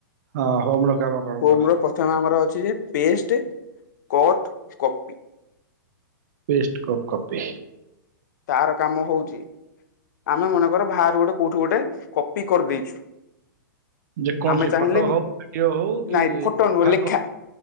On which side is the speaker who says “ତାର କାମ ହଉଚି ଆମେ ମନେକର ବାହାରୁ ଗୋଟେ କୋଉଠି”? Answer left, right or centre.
Left